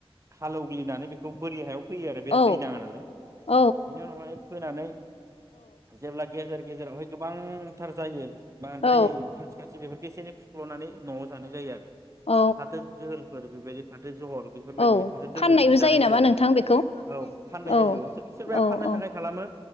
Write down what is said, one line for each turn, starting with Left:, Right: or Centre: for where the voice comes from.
Right: हाल एवग्लिनानै बेखौ बोरि हायाव फैयो आरो बेहा
Left: औ
Right: दै नाङा नालाय
Left: औ
Right: बेनि उनावहाय फोनानै जेब्ला गेजेर गेजेर जेरावहाय गोबांथार जायो बांद्राय
Left: औ
Right: खाथि खाथि बेफोर बेसेनि फुख्ल'नानै- न'आव जानाय जायो आरो
Left: औ
Right: फाथो जोहोलफोर बेबायदि- जझल बेफोरबायदि
Left: औ
Right: फाथो दोलो
Left: फाननायबो
Right: बिदि जानाय जायो
Left: नामा नोंथां
Right: आरो
Left: बेखौ
Right: औ फाननाय
Left: औ
Right: जायो। सोरबाया
Left: औ
Right: फाननो
Left: औ
Right: थाखाय खालामो